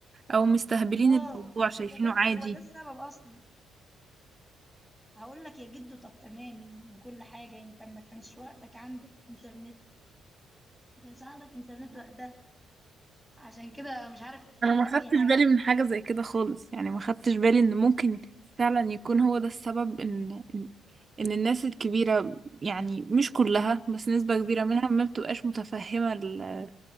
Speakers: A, on the right; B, in the centre.
A: او مستهبلين
B: اه
A: الموضوع شايفينه
B: هو ده
A: عادي
B: هو ده السبب اصلا هقول لك يا جدو طب تمام وكل حاجة انت ما كانش وقتك عندك انترنت ما كانش عندك انترنت وقتها عشان كده مش عارف تحل
A: انا ما خدتش
B: اي حاجه
A: بالي من حاجة زي كده خالص يعني ما خدتش بالي ان ممكن فعلا يكون هو ده السبب ان ان إن الناس الكبيرة يعني مش كلها بس نسبة كبيرة منها ما بتبقاش متفهمة ال-